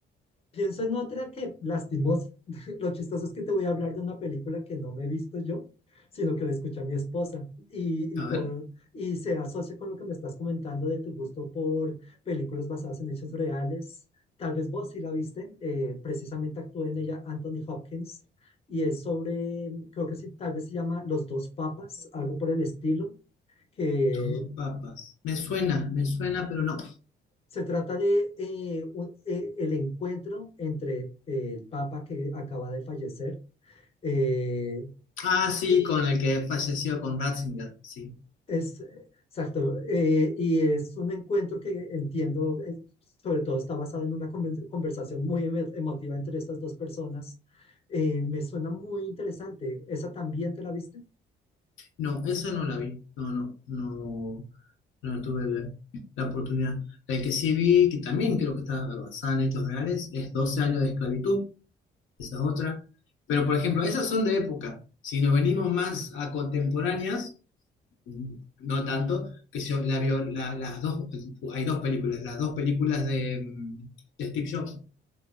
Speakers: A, on the left; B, on the left.
A: Pienso en otra que, lastimosa, <laughs> lo chistoso es que te voy a hablar de una película que no me he visto yo, sino que la escuché a mi esposa y,
B: A
A: y, por,
B: ver,
A: y se asocia con lo que me estás comentando de tu gusto por películas basadas en hechos reales. Tal vez vos sí la viste, eh, precisamente actúa en ella Anthony Hopkins y es sobre, creo que sí, tal vez se llama Los dos papas, algo por el estilo, que
B: los dos papas. Me suena, me suena, pero no.
A: se trata de eh, un- eh, el encuentro entre eh, el Papa que acaba de fallecer eh,
B: Ah, sí,
A: y
B: con el que falleció con Ratzinger, sí.
A: es exacto eh, y es un encuentro que entiendo eh, sobre todo está basado en una conven- conversación muy emo- emotiva entre estas dos personas. Eh, me suena muy interesante. ¿Esa también te la viste?
B: No, esa no la vi. No, no, no, no tuve la, la oportunidad. La que sí vi, que también creo que está basada en hechos reales, es Doce años de esclavitud, esa es otra. Pero, por ejemplo, esas son de época. Si nos venimos más
A: Sí.
B: a contemporáneas, mm, no tanto, que yo, la, bio- la- las dos, hay dos películas, las dos películas de, mm, de Steve Jobs.